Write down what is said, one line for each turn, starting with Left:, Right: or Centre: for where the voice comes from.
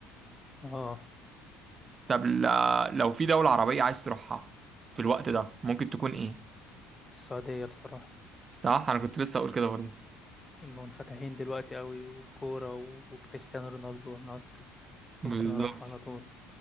Left: اه
Right: طب ل- لو في دولة عربية عايز تروحها في الوقت ده ممكن تكون ايه؟
Left: السعودية بصراحة
Right: صح انا كنت لسه اقول كده برضو
Left: منفتحين دلوقتي قوي والكورة و- وكريستيانو رونالدو والنصر فممكن
Right: بالظبط
Left: أروح على طول